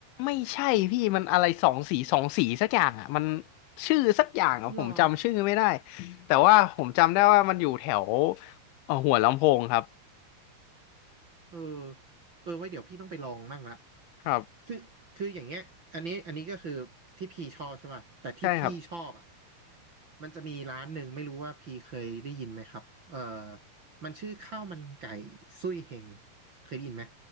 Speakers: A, on the left; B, on the right.
A: ไม่ใช่พี่มันอะไรสองสีสองสีสักอย่างอ่ะมันชื่อสักอย่างอ่ะผมจำชื่อไม่ได้
B: เหรอ
A: แต่ว่าผมจำได้ว่ามันอยู่แถวเอ่อหัวลำโพงครับ
B: เออเออไว้เดี๋ยวพี่ต้องไปลองมั่งละ
A: ครับ
B: คือคืออย่างเงี้ยอันนี้อันนี้ก็คือที่พี่ชอบใช่ป่ะแต่ที่พี่ชอบอ่ะ
A: ใช่ครับ
B: มันจะมีร้านหนึ่งไม่รู้ว่าพี่เคยได้ยินไหมครับเอ่อมันชื่อข้าวมันไก่ซุยเฮงเคยได้ยินไหม